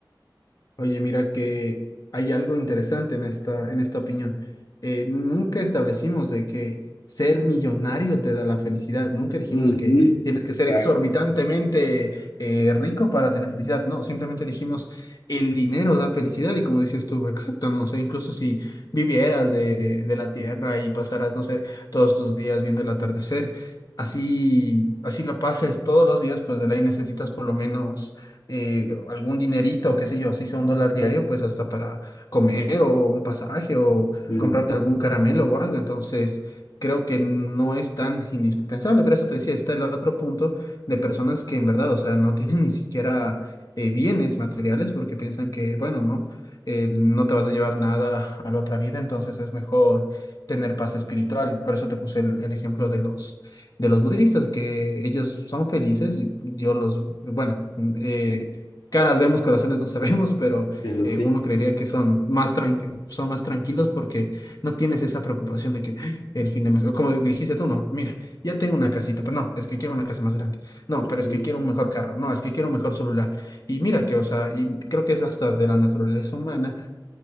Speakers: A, on the left; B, on the left.
A: Oye, mira que hay algo interesante en esta, en esta opinión. Eh, nunca establecimos de que ser millonario te da la felicidad. Nunca dijimos
B: Ujú.
A: que tienes que ser
B: Ah,
A: exorbitantemente eh, rico para tener felicidad. No, simplemente dijimos el dinero da felicidad y como dices tú, exacto, no sé, incluso si vivieras de, de la tierra y pasaras, no sé, todos tus días viendo el atardecer, así, así lo pases todos los días, pues de ley necesitas por lo menos eh, algún dinerito, qué sé yo, así sea un dólar diario, pues hasta para comer o un pasaje o
B: mm,
A: comprarte algún caramelo o algo. Entonces, creo que no es tan indispensable, pero eso te decía, está el otro punto de personas que en verdad, o sea, no tienen <laughs> ni siquiera eh, bienes materiales porque piensan que, bueno, no, Eh, no te vas a llevar nada a la otra vida, entonces es mejor tener paz espiritual. Por eso te puse el, el ejemplo de los de los budistas, que ellos son felices, y yo los, bueno, mm, eh, caras vemos, corazones no <laughs> sabemos, pero
B: Eso
A: eh,
B: sí.
A: uno creería que son más tran- son más tranquilos porque no tienes esa preocupación de que ¡ah! el fin de mes, o como dijiste tú, no, mira, ya tengo una casita, pero no, es que quiero una casa más grande, no,
B: Ujú.
A: pero es que quiero un mejor carro, no, es que quiero un mejor celular, y mira que, o sea, y creo que es hasta de la naturaleza humana